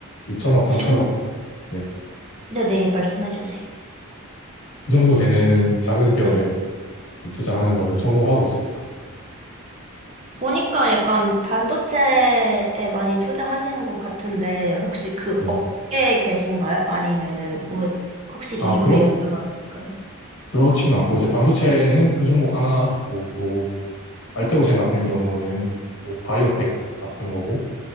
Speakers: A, on the left; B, on the right.
A: 2천억, 3천억
B: 지금,
A: 네.
B: 네네, 말씀해 주세요.
A: 그 정도 되는 작은 기업에
B: 네.
A: 좀 투자하는 거를 선호하고 있습니다.
B: 보니까 약간 반도체에 많이 투자하시는 것 같은데, 혹시 그
A: 네.
B: 업계에 계신가요? 아니면은, 왜- 혹시
A: 아,
B: 이유를
A: 그렇,
B: 여쭤봐도 될까요?
A: 그렇진 않고, 이제 반도체는 그 종목 하나 있고, 또, 알테오젠 같은 경우는 또 바이오텍 같은 거고,